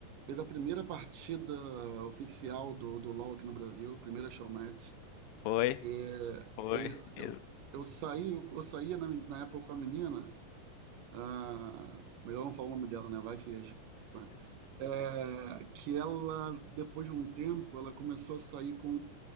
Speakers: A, on the right; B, on the left.
A: fez a primeira partida oficial do, do LoL aqui no Brasil, primeira showmatch.
B: foi,
A: E,
B: foi.
A: ele-
B: Ex-
A: eu, eu saí, eu, eu saía na, na época com a menina, ah, melhor não falar o nome dela, né? Vai que a gente conhece. É, que ela, depois de um tempo, ela começou a sair com